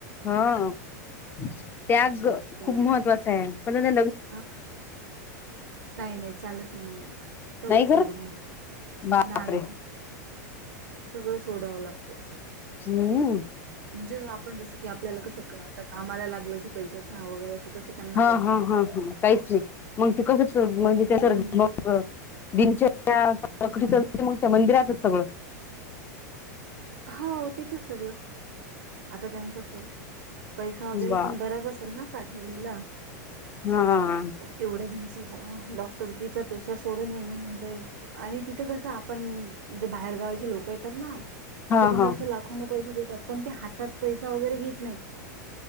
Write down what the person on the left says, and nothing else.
हो त्याग
खूप महत्वाचं आहे, पण ते
नाही कर
बापरे
हम्म
हा
हा
हा हा. काहीच नाही मग ते कस म्हणजे
त्याच्या मग. दिनचर्या सकाळची मग त्या मंदिरातच सगळं.
वा
हा.
हा
हा